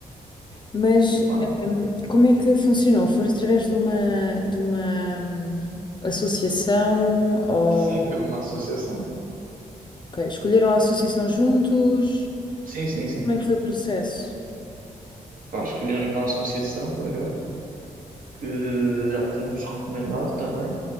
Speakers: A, on the left; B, on the right.
A: Mas
B: E pá,
A: Como é que funcionou? Foi através de uma, de uma hum, associação ou
B: sim, foi de uma associação.
A: ok, escolheram a associação juntos?
B: Sim, sim, sim.
A: Como é que foi o processo?
B: Pá, escolhemos uma associação, por acaso, que já tínhamos recomendado também.